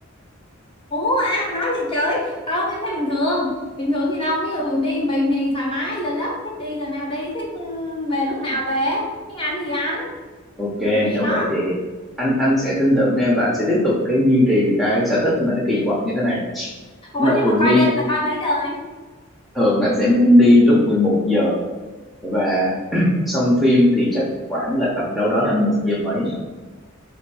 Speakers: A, on the left; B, in the centre.
A: ủa ai mà nói gì trời không em thấy bình thường bình thường gì đâu ví dụ đi mình thì thoải mái giờ giấc thích đi giờ nào đi thích ừ, về lúc nào về thích ăn gì ăn
B: ok
A: kiểu kiểu gì
B: nếu
A: đó
B: vậy thì anh anh sẽ tin tưởng em và anh sẽ tiếp tục cái duy trì cái sở thích mà nó kỳ quặc như thế này
A: ủa
B: nhưng mà
A: nhưng
B: thường
A: mà coi
B: đi
A: đêm là coi mấy giờ anh
B: thường anh sẽ đi lúc mười một giờ và xong phim thì chắc khoảng là tầm đâu đó là một giờ mấy